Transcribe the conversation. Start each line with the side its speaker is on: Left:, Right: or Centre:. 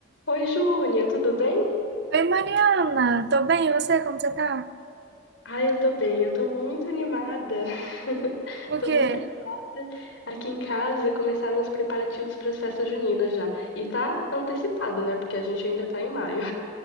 Left: Oi, Júnia, tudo bem?
Right: Oi, Mariana, tô bem, e você? Como você tá?
Left: Ai, eu tô bem, eu tô muito animada. <laughs>
Right: O
Left: Tô
Right: quê?
Left: muito animada. Aqui em casa começaram os preparativos para as festas juninas já. E tá antecipado, né? Porque a gente ainda tá em maio.